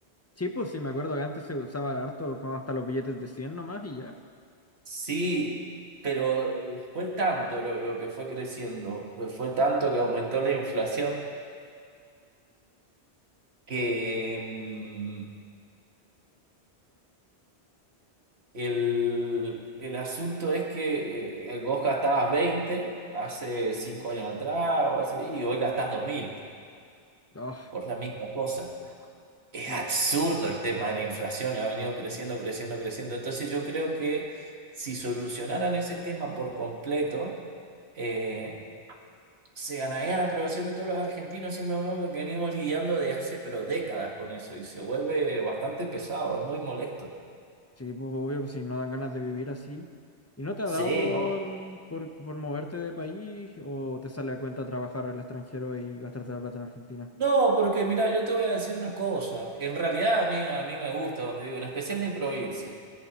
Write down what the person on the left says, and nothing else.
Sí, pues sí, me acuerdo que antes se usaba harto con hasta los billetes de 100 nomás y ya.
Ah,
no.
Sí, pues obvio, pues si no dan ganas de vivir así. ¿Y no te ha
dado por,
por, por moverte de país o te sale a cuenta trabajar al extranjero y gastarte la plata en Argentina?